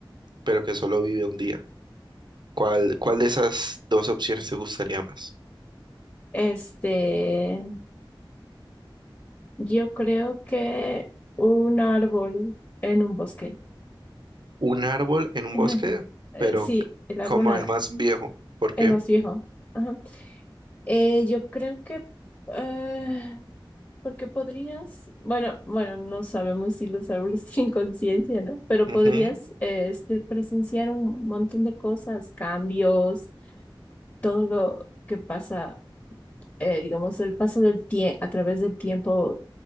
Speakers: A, on the right (about 60°); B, on the left (about 25°).
A: pero que solo vive un día. ¿Cuál, cuál de esas dos opciones te gustaría más?
B: Este, yo creo que un árbol en un bosque.
A: Un árbol en un
B: <laughs>
A: bosque,
B: Eh,
A: pero
B: Sí,
A: c-
B: el árbol,
A: como
B: eh,
A: el más viejo. ¿Por qué?
B: el más viejo. Ajá. Eh, yo creo que... eh, porque podrías... Bueno, bueno, no sabemos si los árboles <laughs> tienen conciencia, ¿no? Pero
A: Ujú,
B: podrías eh, este, presenciar un montón de cosas, cambios, todo lo que pasa, eh, digamos, el paso del tiempo, a través del tiempo,